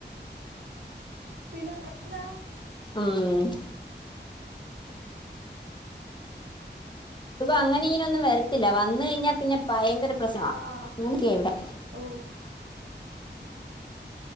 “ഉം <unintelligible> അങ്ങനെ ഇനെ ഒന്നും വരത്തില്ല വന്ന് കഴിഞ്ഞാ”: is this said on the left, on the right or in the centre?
Left